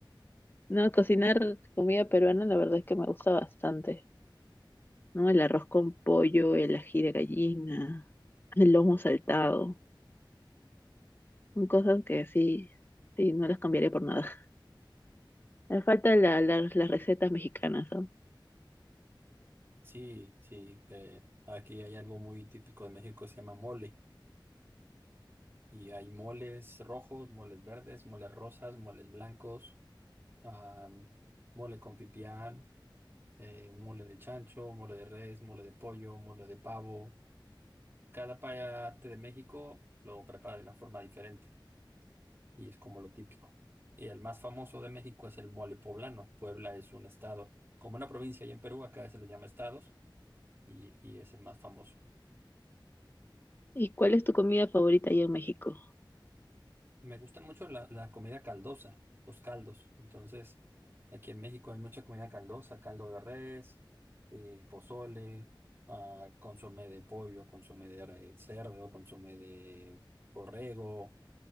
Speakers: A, on the left; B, on the right.
A: No, cocinar comida peruana la verdad es que me gusta bastante. ¿no? El arroz con pollo, el ají de gallina, el lomo saltado, son cosas que sí, sí, no las cambiaré por nada. <laughs> Me faltan la- la- las recetas mexicanas, ¿no?
B: Sí, sí, eh, aquí hay algo muy típico de México que se llama mole. Y hay moles rojos, moles verdes, moles rosas, moles blancos, am, mole con pipián, eh, mole de chancho, mole de res, mole de pollo, mole de pavo. Cada parte de México lo prepara de una forma diferente y es como lo típico. Y el más famoso de México es el mole poblano. Puebla es un estado, como una provincia allá en Perú, acá se les llama estados y, y es el más famoso.
A: ¿Y cuál es tu comida favorita allá en México?
B: Me gustan mucho la, la comida caldosa, los caldos. Entonces, aquí en México hay mucha comida caldosa, caldo de res, eh, pozole, ah, consomé de pollo, consomé de re- cerdo, consomé de borrego.